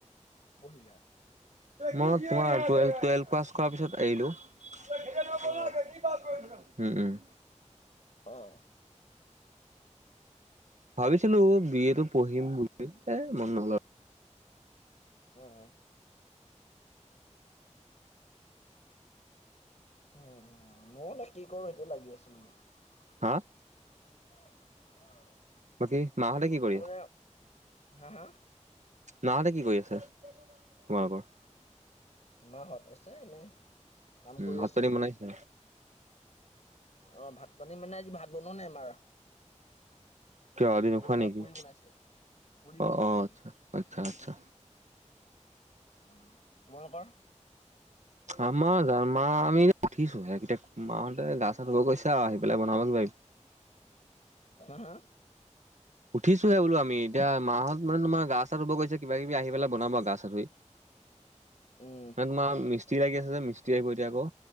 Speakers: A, on the left; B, on the right.
A: পঢ়িলা?
B: মই তোমাৰ টোৱেলভ পাছ কৰা পিছত এৰিলোঁ। <unintelligible>
A: অ
B: উম, উম।
A: অ'।
B: ভাবিছিলোঁ বি এ টো পঢ়িম বুলি এ মন নগ'ল।
A: অ', অ'। উম, মই নে কি কৰোঁ, সেইটোয়ে লাগি আছোঁ মানে।
B: হা?
A: <unintelligible>
B: বাকী, মাহঁতে কি কৰি
A: মই মানে হা? হা?
B: মাহঁতে কি কৰি আছে তোমালোকৰ?
A: মাহঁত? আছে এনে। কাম
B: উম,
A: কৰি
B: ভাত
A: আছে
B: পানী বনাইছে?
A: অ', ভাত পানী মানে আজি ভাত বনোৱা নাই আমাৰ।
B: কিয় আজি নোখোৱা
A: মানে
B: নেকি?
A: পুৰি বনাইছে পুৰি বনাইছে
B: অ', অ',
A: পুৰি
B: আচ্ছা-আচ্ছা।
A: অ', তোমালোকৰ?
B: আমাৰ জ মাহ আমি উঠিছোঁ হে, মাহঁতে গা চা ধুব গৈছে আৰু আহি পেলাই বনাব কিবা কিবি।
A: হা? হা?
B: উঠিচুহে বোলো আমি এতিয়া মাহত মানে তোম গা চা ধুব গৈছে কিব কিবি আহি পেলাই বনাবহি গা চা ধুই।
A: উম
B: ন তোমাৰ মিস্ত্ৰী লাগি আছে যে মিস্ত্ৰী আহিব এতিয়া আকৌ